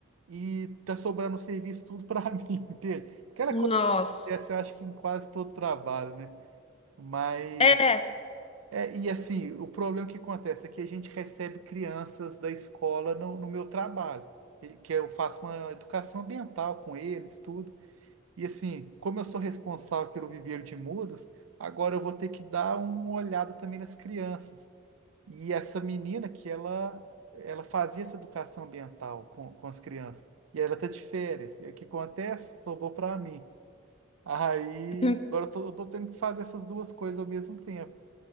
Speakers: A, on the right (about 80°); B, on the left (about 30°).
A: e tá sobrando serviço tudo pra <laughs> mim, entende? Aquela
B: Nossa.
A: coisa que acontece, eu acho que em quase todo trabalho, né? Mas,
B: É.
A: é, e assim, o problema que acontece é que a gente recebe crianças da escola no, no meu trabalho, que que eu faço uma educação ambiental com eles, tudo. E assim, como eu sou responsável pelo viveiro de mudas, agora eu vou ter que dar uma olhada também nas crianças. E essa menina que ela ela fazia essa educação ambiental com, com as crianças. E ela tá de férias. E o que acontece? Sobrou para mim. Aí,
B: <laughs>
A: agora eu tô, eu tô tendo que fazer essas duas coisas ao mesmo tempo.